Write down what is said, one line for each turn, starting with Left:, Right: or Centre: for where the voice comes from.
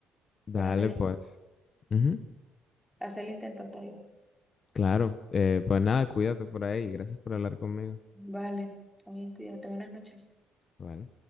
Left: Dale
Centre: Pero haz el intento,
Left: pues. Ujú,
Centre: haz el intento, te digo.
Left: Claro, Eh, pues nada, cuídate por ahí, gracias por hablar conmigo.
Centre: Vale, está bien, cuídate, buenas noches.
Left: Vale.